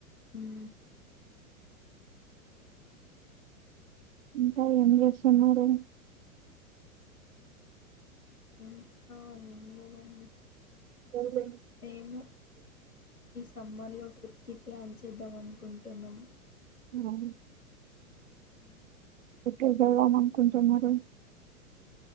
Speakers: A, on the left; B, on the right.
A: ఊ
B: ఇంకా ఏం చేస్తున్నారు.
A: ఇంకా ఏం లేదండి.
B: <unintelligible>
A: ఏమో ఈ సమ్మర్ లో ట్రిప్ కి ప్లాన్ చ్ చేద్దామనుకుంటున్నం
B: అవును.
A: మ్మ్.
B: ఎక్కడికి వెళ్దాం అనుకున్నుటున్నారు.